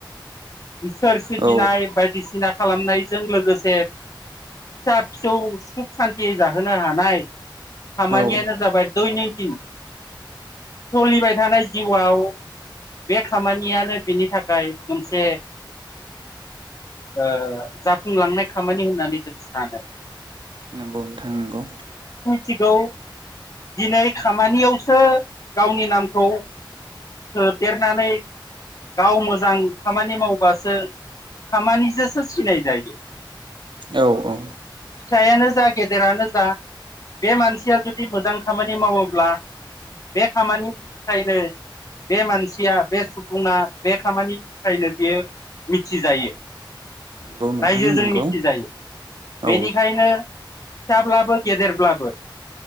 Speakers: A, on the left; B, on the right.
A: इसोर सिबिनाय
B: औ
A: बायदिसिना खालामनायजों लोगोसे। फिसा फिसौ सुख सान्थियै जाहोनो हानाय खामानियानो
B: औ
A: जाबाय दयनिक किन सलिबाय थानाय जिउआव बे खामानियानो बिनि थाखाय मोनसे ओ जाफुंलांनाय खामानि होननानै जों सानो
B: नंगौ नोंथां नंगौ
A: सिगौ दिनै खामानियावसो गावनि नामखौ सोबदेरनानै गाव मोजां खामानि मावबासो खामानिजोसो सिनाय जायो
B: औ औ
A: फिसायानो जा गेदेरानो जा बे मानसिया जुदि मोजां खामानि मावोब्ला बे खामानि थायनो बे मानसिया बे सुबुङा बे खामानिफ्रायनो बियो मिथिजायो।
B: नंगौ नोंथां
A: रायजोजों
B: नंगौ
A: मिथिजायो
B: औ
A: बेनिखायनो फिसाब्लाबो गेदेरब्लाबो